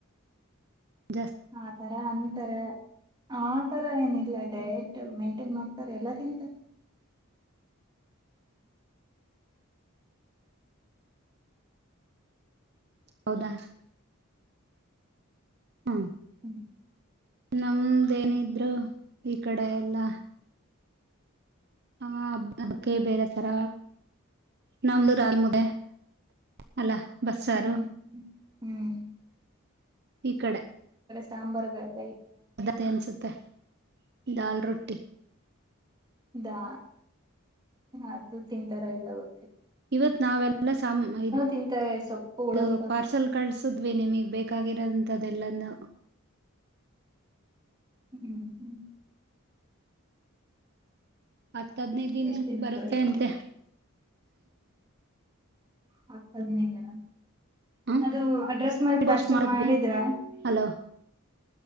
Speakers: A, on the right; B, on the right.
A: ಜಾಸ್ತಿ
B: <unintelligible> ತರ ಅಂತಾರೇ ಆ ತರ ಏನಿಲ್ಲ ಡಯಟ್ ಮೇಂಟೈನ್ ಮಾಡ್ತಾರ ಎಲ್ಲಾ ತಿನ್ತಾರೆ.
A: ಹೌದಾ ಹಾ
B: ಹ್ಮ್
A: ನಮ್ದೇನಿದ್ರು ಈ ಕಡೆ ಎಲ್ಲಾ ಹಬ್ಬಕೇ ಬೇರೆ ತರ ನಮ್ದು ರಾಲ್ ಮುದ್ದೆ ಅಲ್ಲ. ಬಸ್ಸಾರು
B: ಹ್ಮ್ ಹ್ಮ್. ಹ್ಮ್
A: ಈಕಡೆ
B: ಸಾಂಬಾರ್ಗೇ
A: ಆಗತ್ತೆ ಅನ್ಸುತ್ತೆ ದಾಲ್ ರೊಟ್ಟಿ
B: ಇದಾ ಅದು ತಿಂತಾರ ಇಲ್ಲ ಗೊತ್
A: ಇವತ್ ನಾವೆಲ್ಲ ಇದು
B: ತಿಂತಾರೆ ಸೊಪ್ಪುಗಳಂತ
A: ಪಾರ್ಸಲ್ ಕಳ್ಸಿದ್ವಿ ನಿಮಗ್ ಬೇಕ್ ಕಾಗಿರೋದಂತದೆಲ್ಲಾನು
B: ಹ್ಮ್ ಹ್ಮ್
A: ಹತ್ತ ಹದ್ನೇ ದಿನ್
B: ಎಷ್ಟ್ ದಿನಕ್ಕೆ
A: ಬರುತ್ತೆ
B: ಬರುತ್ತ
A: ಅಂತೆ
B: ಹತ್ತ ಹದಿನೈದು ದಿನ
A: ಹ
B: ಅದು ಅಡ್ರೆಸ್ ಮೇಲೆ ಪ್ಲಾಸ್ಟರ್
A: ಪೋಸ್ಟ್ ಮಾಡಿದ್ವಿ
B: ಮಾಡಿದ್ರಾ.
A: ಹಲೋ